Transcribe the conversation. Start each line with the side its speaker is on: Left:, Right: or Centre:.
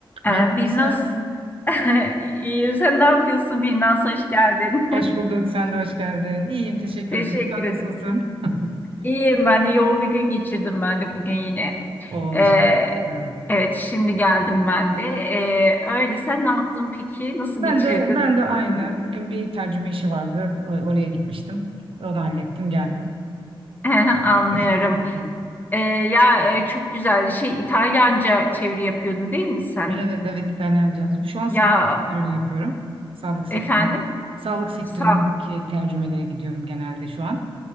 Left: Ee,
Right: Merhaba
Left: Birnaz,
Right: Gülsüm.
Left: <laughs> iyiyim. Sen ne yapıyorsun Birnaz? Hoş geldin.
Right: Hoş bulduk. Sen de hoş geldin. İyiyim.
Left: <laughs>
Right: Teşekkür
Left: Teşekkür
Right: ederim. Sen
Left: ederim.
Right: nasılsın? <laughs>
Left: İyiyim ben de. Yoğun bir gün geçirdim ben de bugün yine.
Right: O
Left: Ee,
Right: dışarı. Evet.
Left: evet, şimdi geldim ben de. Ee, öyle. Sen ne yaptın peki? Nasıl
Right: Ben
Left: geçirdin
Right: de ben de aynı.
Left: bugün?
Right: Bugün bir tercüme işi vardı. O- Oraya gitmiştim. Onu hallettim, geldim.
Left: <laughs> Anlıyorum.
Right: O şekilde.
Left: Ee, ya e, çok güzel. Şey İtalyanca çeviri yapıyordun değil mi sen?
Right: Evet evet İtalyanca. Şu an
Left: Ya
Right: sağlık sektörünü yapıyorum. Sağlık sektörü.
Left: efendim?
Right: Sağlık sektöründeki
Left: Sağ.
Right: tercümelere gidiyorum genelde şu an.